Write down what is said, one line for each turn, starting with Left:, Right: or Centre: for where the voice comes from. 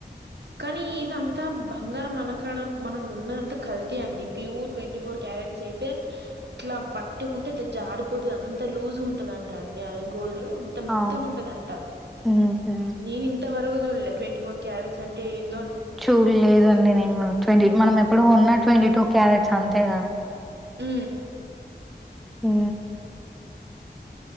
Right: కానీ ఇదంత ఇంత బంగారం మనకాడ మనం కొన్నడంత కల్తీ అండి ప్యూర్ ట్వంటీ ఫోర్ క్యారెట్స్ అయితే ఇట్లా పట్టుకుంటే ఇట్లా జారిపోతుంది అంత లూజ్ ఉంటదింటా అండి అది గోల్
Centre: ఆ
Right: ఇ ఉంటదింత
Centre: ఉహు
Right: నేను ఇంత వరకు చూడలే ట్వంటీ ఫోర్ క్యారెట్స్ అంటే ఎండో
Centre: చూ లేదండి నేను ట్వంటీ మనం ఎప్పుడు
Right: అంత
Centre: ఉన్న ట్వంటీ టూ క్యారెట్స్ అంతే కదండి
Right: ఉ
Centre: ఉ